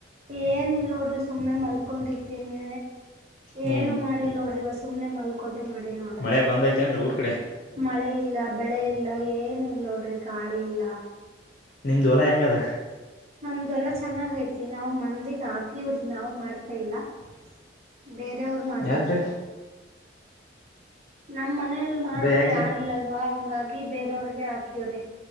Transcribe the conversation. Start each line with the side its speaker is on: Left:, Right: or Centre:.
Right: ಏನ ಇಲ್ ನೋಡ್ರಿ ಸುಮ್ಮನೆ ಮಲ್ಕೊಂಡಿದ್ದೇನೇ.
Left: ಹ್ಮ್
Right: ಏನು ಮಾಡಿಲ್ ನೋಡ್ರಿ ಇವ ಸುಮ್ನೆ ಮಲ್ಕೋದೆ ಮಾಡಿ ನೋಡ್ರಿ
Left: ಮಳೆ ಬಂದೈತೆೇನ್ರೀ ಊರ್ ಕಡೆ
Right: ಮಳೆ ಇಲ್ಲ ಬೆಳೆ ಇಲ್ಲ ಏನು ಇಲ್ಲ ನೋಡ್ರಿ ಗಾಳಿ ಇಲ್ಲ.
Left: ನಿಂದ್ <unintelligible> ಹೊಲಾ ಹೆಂಗದ.
Right: ನಮ್ದುಲ್ಲ <unintelligible> ಚೆನ್ನಾಗ್ ಐತಿ. ನಾವು ಮಂದಿಗೆ ಹಾಕಿವ್ರ ನಾವ್ ಮಾಡ್ ಇಲ್ಲ <unintelligible> ಬೇರೆಯವ್ರು ಮಾಡ್ತಿದ್ದಾರೆ.
Left: ಯಾಕ್ರಿ
Right: ನಾಮ ಮನೆ <unintelligible> ಮನೆಲ್ ಮಾಡೋರ್
Left: ಅದ ಯಾಕ್ರಿ
Right: ಯಾರಿಲ್ಲಲ್ವಾ ಹಂಗಾಗಿ ಬೇರೆಯವ್ರಿಗೆ ಹಾಕಿವವ್ರಿ.